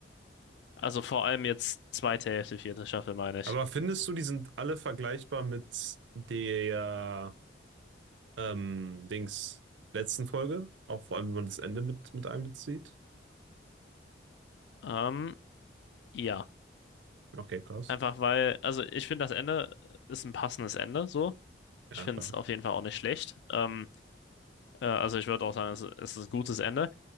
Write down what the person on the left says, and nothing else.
Also vor allem jetzt zweite Hälfte, vierte Staffel, meine ich.
Ähm, ja,
einfach weil, also ich finde, das Ende äh, ist ein passendes Ende, so.
Ich finde
es auf jeden Fall auch nicht schlecht. Ähm, äh, also ich würde auch sagen, es, es ist ein gutes Ende.